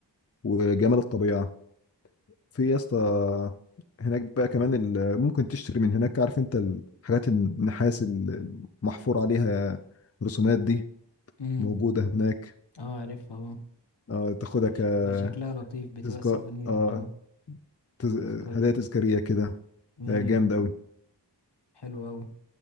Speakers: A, on the left (about 35°); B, on the left (about 70°).
A: وجمال الطبيعة في يا اسطى هناك بقى كمان ال- ممكن تشتري من هناك عارف انت الحاجات النحاس المحفور عليها رسومات دي
B: امم
A: موجودة هناك
B: اه عارفها اه
A: آه، تاخدها
B: بيبقى ش- بيبقى شكلها لطيف بتبقى
A: كتذكار
B: سيفونير
A: آه،
B: اه
A: تز-
B: تذكار
A: هدايا تذكارية كده
B: امم
A: آه، جامد أوي
B: حلو اوي